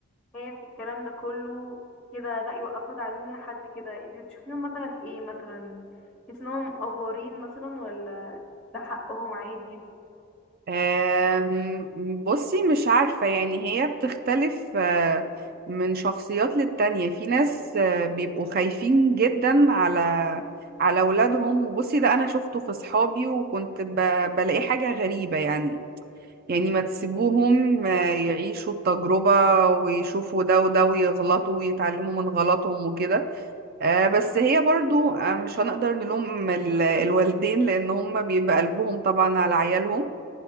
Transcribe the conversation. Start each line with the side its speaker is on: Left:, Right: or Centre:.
Centre: خايف الكلام ده كله كده لا يوقفوا تعليم لحد كده انت بتشوفيهم مثلا في ايه مثلا تحس انهم افورين مثلا ولا ده حقهم عادي
Right: أم، بصي مش عارفة يعني هي بتختلف آه، من شخصيات للتانية في ناس آه، بيبقوا خايفين جدا على على أولادهم وبصي ده أنا شفته في صحابي وكنت ب... بلاقي حاجة غريبة يعني يعني ما تسيبوهم آه، يعيشوا التجربة ويشوفوا ده وده ويغلطوا ويتعلموا من غلطهم وكده آه، بس هي برضو آه، مش هنقدر نلوم ال- الوالدين لأن هم بيبقى قلبهم طبعا على عيالهم